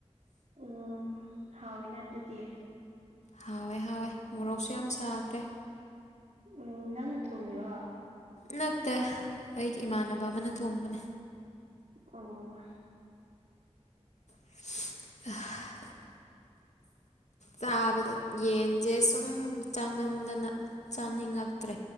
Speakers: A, on the right; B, on the left.
A: ꯎꯝ ꯍꯥꯎꯋꯤꯅ ꯑꯗꯨꯗꯤ
B: ꯍꯥꯎꯋꯦ ꯍꯥꯎꯋꯦ ꯃꯣꯔꯣꯛꯁꯨ ꯌꯥꯝ ꯁꯥꯈ꯭ꯔꯦ
A: ꯎꯝ ꯅꯪ ꯊꯣꯡꯉꯤꯔꯣ
B: ꯅꯠꯇꯦ ꯑꯩꯒꯤ ꯏꯃꯥꯟꯅꯕ ꯑꯃꯅ ꯊꯣꯡꯕꯅꯦ
A: ꯑꯣ
B: <unintelligible> ꯆꯥꯕꯗ ꯌꯦꯟꯖꯦ ꯁꯨꯝ ꯆꯥꯃꯟꯗꯅ ꯆꯥꯅꯤꯡꯉꯛꯇ꯭ꯔꯦ